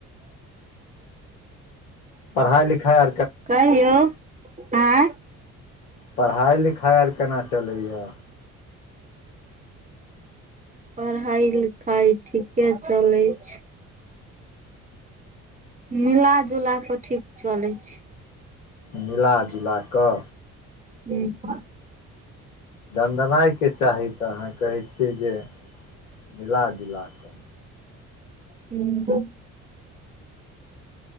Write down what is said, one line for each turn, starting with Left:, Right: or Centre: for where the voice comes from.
Left: पढ़ाइ लिखाइ आ
Right: कहियो ऐं
Left: पढ़ाइ लिखाइ आर केना चलैए यै
Right: पढ़ाइ लिखाइ ठीके चलै छै मिलाजुला कऽ ठीक चलै छै
Left: मिलाजुला कऽ
Right: ह
Left: दनदनाइके चाही तऽ अहाँ कहै छियै जे मिलाजुलाक
Right: हू